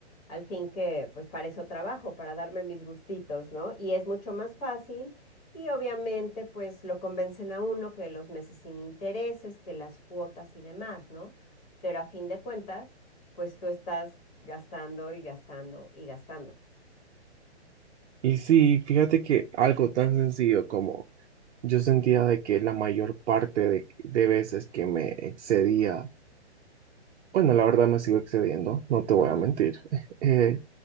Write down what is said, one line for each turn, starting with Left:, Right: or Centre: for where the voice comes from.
Left: al fin que pues para eso trabajo, para darme mis gustitos, ¿no? Y es mucho más fácil y obviamente pues lo convencen a uno que los meses sin intereses, que las cuotas y demás, ¿no? Pero a fin de cuentas, pues tú estás gastando y gastando y gastando.
Right: Y sí, fíjate que algo tan sencillo como yo sentía de que la mayor parte de, de veces que me excedía, bueno, la verdad me sigo excediendo, no te
Left: Ujú,
Right: voy a mentir, <laughs> eh,